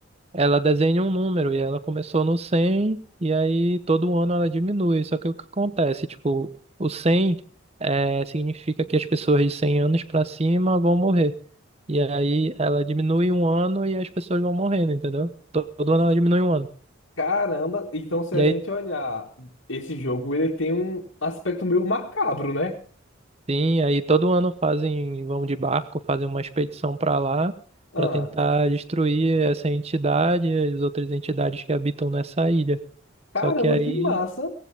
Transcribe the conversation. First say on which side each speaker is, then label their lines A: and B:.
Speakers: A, on the right (about 30°); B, on the left (about 65°).
A: Ela desenha um número e ela começou no 100 e aí todo ano ela diminui. Só que o que acontece, tipo, o 100 é, significa que as pessoas de 100 anos pra cima vão morrer. E aí ela diminui um ano e as pessoas vão morrendo, entendeu? To- Todo ano ela diminui um ano.
B: Caramba, então se
A: E
B: a
A: aí
B: gente olhar esse jogo, ele tem um aspecto meio macabro, né?
A: sim, aí todo ano fazem, vão de barco, fazem uma expedição pra lá
B: Ah,
A: pra tentar destruir essa entidade e as outras entidades que habitam nessa ilha.
B: caramba,
A: Só que aí
B: que massa.